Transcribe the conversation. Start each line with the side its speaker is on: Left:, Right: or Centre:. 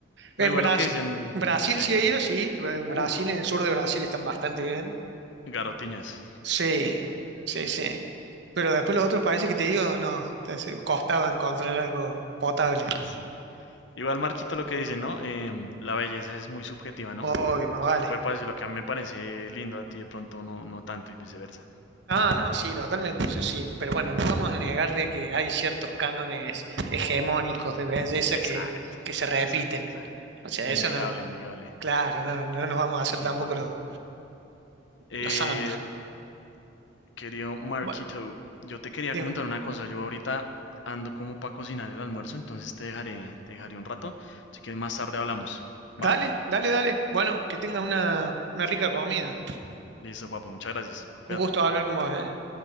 Right: En
Left: Bueno, Igual
Right: Brasil,
Left: lo que dicen.
Right: Brasil
Left: Sí.
Right: sí he ido, sí, en
Left: Uf,
Right: Brasil, en el sur de Brasil están bastante bien.
Left: garotiñas.
Right: Sí, sí, sí. Pero después los otros países que te digo, no, entonces, costaba encontrar algo potable.
Left: Sí. Igual Marquito lo que dice, ¿no? Em, la belleza es muy subjetiva, ¿no?
Right: Obvio, más vale.
Left: Te puede parecer lo que a mí me parece lindo a ti de pronto no, no tanto y viceversa.
Right: Ah, no, sí, totalmente, eso sí. Pero bueno, no vamos a negar de que hay ciertos cánones hegemónicos de belleza
Left: Exacto,
Right: que, que se repiten.
Left: exacto, exacto.
Right: O sea,
Left: Innegable,
Right: eso no,
Left: innegable.
Right: claro, no, no nos vamos a hacer
Left: Sí,
Right: tampoco
Left: papo.
Right: los
Left: Eh,
Right: los santos.
Left: Querido Marquito,
Right: Bueno,
Left: yo te quería
Right: dime.
Left: comentar una cosa. Yo ahorita ando como para cocinar el almuerzo, entonces te dejaré, te dejaré un rato. Si quieres más tarde hablamos,
Right: Dale,
Left: ¿va?
Right: dale, dale. Bueno, que tengas una, una rica comida.
Left: Listo, papo, muchas gracias. Cuídate.
Right: Un gusto hablar con vos, ¿eh?